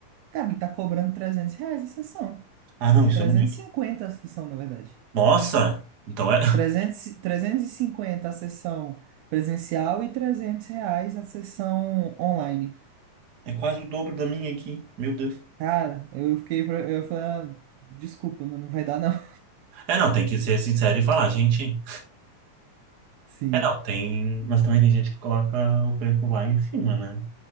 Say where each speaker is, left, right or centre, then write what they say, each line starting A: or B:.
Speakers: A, on the right (about 90°); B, on the right (about 45°).
A: Cara, ele tá cobrando 300 reais a sessão.
B: Ah, não, isso
A: trezentos
B: é muito.
A: e cinquenta a sessão, na verdade.
B: Nossa! Então é, <laughs>
A: trezentos e- trezentos e cinquenta a sessão presencial e 300 reais a sessão online.
B: é quase o dobro da minha aqui. Meu Deus.
A: Cara, eu fiquei, pra- eu falei, ah, desculpa, mas não vai dar não. <laughs>
B: É, não, tem que ser sincero e falar, gente.
A: Sim.
B: É, não, tem. Mas também tem gente que coloca o preço lá em cima, né?